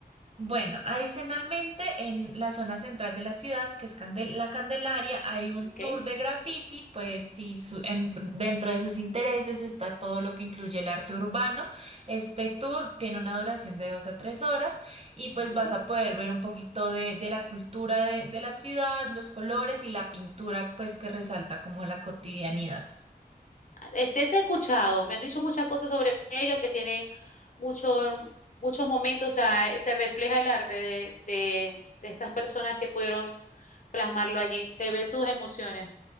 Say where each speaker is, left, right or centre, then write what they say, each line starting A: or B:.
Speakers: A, on the right (about 40°); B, on the left (about 55°).
A: Bueno, adicionalmente, en la zona central de la ciudad, que es Candel- la Candelaria, hay un
B: Ok.
A: tour de graffiti, pues sí, su- en- dentro de sus intereses está todo lo que incluye el arte urbano. Este tour tiene una duración de dos a tres horas y pues
B: Ujú.
A: vas a poder ver un poquito de, de la cultura de, de la ciudad, los colores y la pintura, pues que resalta como la cotidianidad.
B: Ah, Este se ha escuchado, me han dicho muchas cosas sobre ellos que tienen muchos muchos momentos, o sea, eh, se refleja el arte de, de, de estas personas que pudieron plasmarlo allí. Se ve sus emociones.